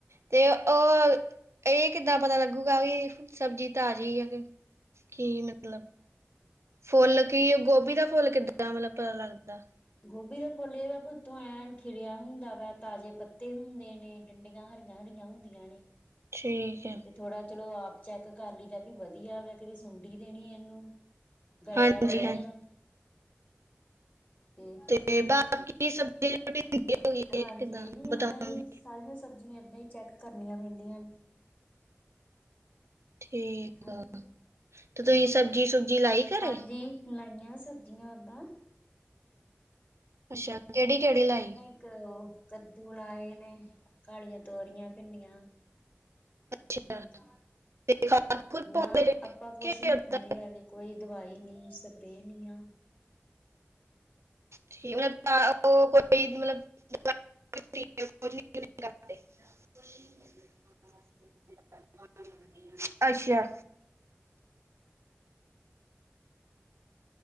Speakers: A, on the right (about 75°); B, on the left (about 35°).
A: ਤੇ ਉਹ, ਇਹ ਕਿੱਦਾਂ ਪਤਾ ਲੱਗੂਗਾ ਵੀ ਸਬਜ਼ੀ ਤਾਜ਼ੀ ਆ, ਕਿ? ਕੀ ਮਤਲਬ? ਫੁੱਲ ਕੀ, ਗੋਭੀ ਦਾ ਫੁੱਲ ਕਿੱਦਾਂ ਮਤਲਬ ਪਤਾ ਲੱਗਦਾ?
B: ਗੋਭੀ ਦਾ ਫੁੱਲ ਇਹ ਵਾ, ਓਤੋਂ ਐਨ ਖਿਲਿਆ ਹੁੰਦਾ ਵਾ, ਤਾਜ਼ੇ ਪੱਤੇ ਹੁੰਦੇ ਨੇ। ਡੰਡੀਆਂ ਹਰੀਆਂ-ਹਰੀਆਂ ਹੁੰਦੀਆਂ ਨੇ।
A: ਠੀਕ। ਹੈ
B: ਤੇ ਥੋੜਾ ਚਲੋ ਆਪ ਚੈੱਕ ਕਰ ਲਈਦਾ ਵੀ ਵਧੀਆ ਵੈ, ਕਿ ਸੁੰਡੀ ਤੇ ਨੀ ਇਹਨੂੰ। ਗਲਿਆ
A: ਹਾਂਜੀ
B: ਤੇ ਨਹੀ
A: ਹਾਂਜੀ
B: ਆ, ਤੇ
A: ਤੇ, ਬਾਕੀ ਸਭ <unintelligible>
B: ਹਾਂਜੀ ਇਹ ਵੀ ਏਦਾਂ
A: ਬਤਾਉਂ
B: ਹੀ, ਸਾਰੀਆਂ ਸਬਜ਼ੀਆਂ ਏਦਾਂ ਹੀ ਚੈੱਕ ਕਰਨੀਆਂ ਪੈਂਦੀਆਂ ਨੇ।
A: ਠੀਕ
B: ਹਾਂਜੀ
A: ਆ, ਤੇ ਤੁਹੀ ਸਬਜ਼ੀ-ਸੁਬਜੀ ਲਾਈ? ਘਰੇ
B: ਹਾਂਜੀ, ਲਾਈਆਂ ਸਬਜ਼ੀਆਂ ਓਦਾਂ
A: ਅੱਸ਼ਾ ਕਿਹੜੀ-ਕਿਹੜੀ ਲਾਈ?
B: ਕ‌ ਉਹ ਕੱਦੂ ਲਾਏ ਨੇ, ਕਾਲੀਆਂ ਤੋਰੀਆਂ ਭਿੰਡੀਆਂ,
A: ਅੱਛਾ
B: ਹਾਂਜੀ।
A: ਤੇ ਖਾਦ ਖੁਦ ਪਾਉਂਦੇ
B: ਨਾ
A: ਜੇ
B: ਆਪਾਂ ਕੁਛ
A: ਕਿ
B: ਨਈ
A: ਉਦਾਂ?
B: ਪਾਉਂਦੇ ਹੈਗੇ, ਕੋਈ ਦਵਾਈ ਨਈ ਸਪਰੇਅ ਨਈ ਆ।
A: ਠੀਕ ਆ, ਉਹ ਕੋਈ ਮਤਲਬ <unintelligible> <unintelligible> ਅੱਸ਼ਾ।